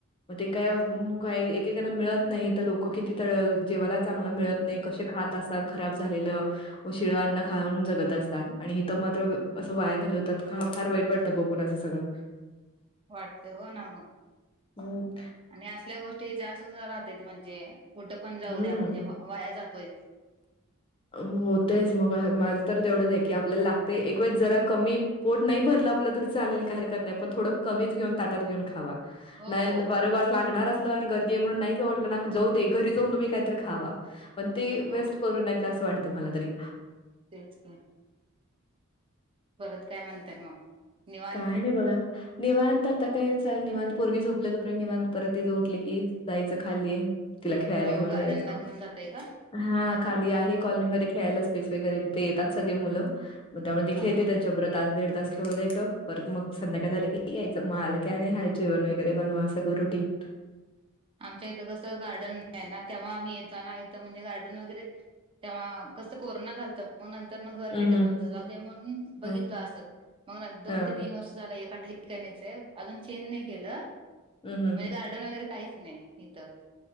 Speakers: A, on the left; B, on the right.
A: मग ते काय
B: तेच की
A: का एकेकाना मिळत नाही तर लोक किती त जेवायला चांगलं मिळत नाही कसे खात असाल खराब झालेलं. व शिळ‌
B: हो
A: अन्न खाऊन जगत असतात. आणि इथ मात्र असं वाया घालवतात होत फार वाईट वाटतं बघून असं सगळं.
B: वाटते हो ना मग.
A: ह.
B: आणि असल्या गोष्टी जास्त राहते म्हणजे कुठं पण जाऊ
A: हम्म
B: द्या म्हणजे वाया जातोय.
A: होतयच मग माझं तर तेवढंच आहे की आपल्याला लागते एक वेळ जरा कमी पोट नाही भरलं आपलं तरी चालेल काही हरकत नाही पण थोडं कमीच घेऊन ताटात घेऊन खावा.
B: हो
A: नाही
B: हो
A: बरे वाट लागणारच गर्दी म्हणून नाही जाऊ वाटलं ना जाऊदे, घरी जाऊन तुम्ही काहीतरी खावा पण ते वेस्ट
B: हो
A: करू नका असं वाटतं मला तरी.
B: तेच की. परत काय म्हणताय मग? निवांत
A: काय नाही बगा. निवांत आता काय चाल निवांत पोरगी झोपल्या तोपर्यंत निवांत परत तीच उठले कि जायचं खाली तिला खेळायला
B: हो
A: घेऊन
B: गार्डनला
A: जायचं.
B: घेऊन जातय का
A: हा खाली आहे कॉलनीमध्ये खेळायला स्पेस वगैरे तिथे येतात सगळे मुलं म त्यामध्ये
B: हा
A: खेळते त्या च्याबर तास दीड तास खेळू द्यायचं परत मग संध्याकाळी झालं की यायचं, मग आलं की आणि हाय जेवण वगैरे बनवा असं रुटीन.
B: आमच्या इथं कसं गार्डन नाही ना तेव्हा आम्ही येतो ना इथं म्हणजे गार्डन वगैरे तेव्हा कसं कोरोना झालतं मग नंतर घर भेटत
A: हं, हं.
B: नव्हतं जाऊ दे म्हणून बघितलं
A: हं,
B: असं. मग दोन
A: हं,
B: ते तीन वर्ष झालं एका ठि ठिकाणीच आहे अजून चेंज नाही केलं,
A: हं, हं.
B: म्हणजे गार्डन वगैरे काहीच नाही इथं.